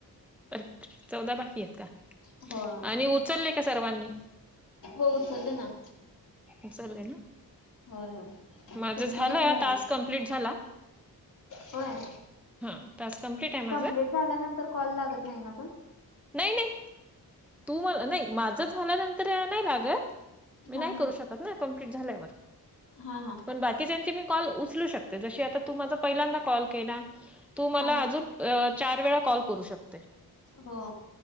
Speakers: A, in the centre; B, on the left (about 55°).
A: अ चौदा बाकी आहेत का
B: हो
A: आणि उचलले का सर्वांनी
B: हो उचलले ना
A: उचलले ना
B: होय होय
A: माझं
B: तुमचे
A: झालं
B: किती झाले
A: टास्क कम्प्लीट झाला
B: होय
A: हा टास्क कम्प्लीट आहे
B: कम्प्लीट
A: या
B: झाल्यानंतर कॉल लागत नाही ना पण
A: नाही नाही तू मला नाही माझं झाल्यानंतर नाही लागत मी
B: हा
A: नाही
B: हा
A: करू शकत ना कमप्लीट झाल्यावर
B: हा हा
A: पण बाकीच्याची मी कॉल उचलू शकते जशी आ तू माझा पहिल्यांदा कॉल केला तू
B: हा
A: मला अजून
B: हा
A: चार वेळा कॉल करू शकते
B: हो